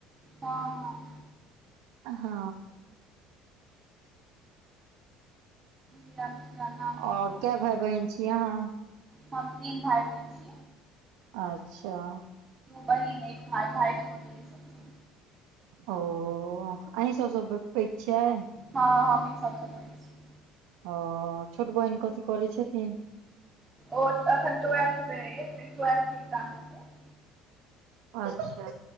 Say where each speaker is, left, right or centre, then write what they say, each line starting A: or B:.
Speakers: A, on the right (about 20°); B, on the right (about 80°).
A: हँ, हँ,
B: अ हँ,
A: रिया मिश्रा नाम- अइ
B: और
A: हमर
B: केए भेए बहिन छी आहाँ?
A: हम तीन भाय बहिन छी।
B: अच्छा
A: बहिन एक भाय- भाय छोट है सब सँ।
B: ओ अहि सब सँ पैघ छियै।
A: हँ हमहीं सबसँ पैघ छियै।
B: ओ छोट बहिन कथी करै छथिन?
A: ओ अखन तऽ वएह। <unintelligible>
B: अच्छा